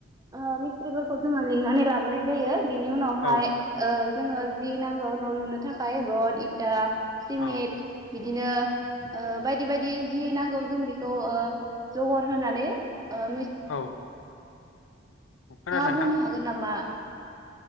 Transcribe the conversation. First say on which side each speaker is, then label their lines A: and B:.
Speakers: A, on the right; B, on the left.
A: ओ मिस्थ्रिफोरखौ जोंङो लिंनानै लाबोनाय जायो । बिनि उनावहाय
B: औ
A: ओ जोंङो जि नांगौ न' लुनो थाखाय रड इथा सिमिट
B: औ
A: बिदिनो ओ बायदि बायदि जि नांगौ जों बेखौ ओ जगर होनानै ओ मिस
B: औ खोनादों
A: नोंथांआ
B: नोंथां
A: बुंनो हागोन नामा?